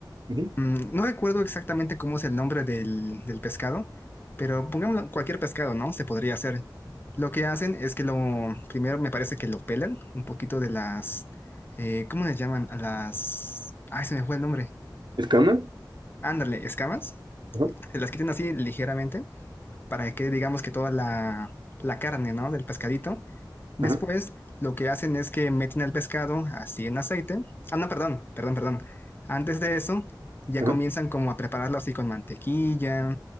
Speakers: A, on the right (about 80°); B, on the left (about 30°).
A: Ujú.
B: mm, no recuerdo exactamente cómo es el nombre del, del pescado, pero pongámoslo, cualquier pescado, ¿no? Se podría hacer. Lo que hacen es que lo, primero me parece que lo pelan un poquito de las, eh, ¿cómo les llaman? A las... Ay, se me fue el nombre.
A: ¿Escama?
B: Ándale, escamas.
A: Ajá,
B: Se las quitan así ligeramente para que digamos, que toda la, la carne, ¿no? Del pescadito. Después,
A: ajá,
B: lo que hacen es que meten el pescado así en aceite. Ah, no, perdón, perdón, perdón. Antes de eso, ya
A: ajá,
B: comienzan como a prepararlo así con mantequilla.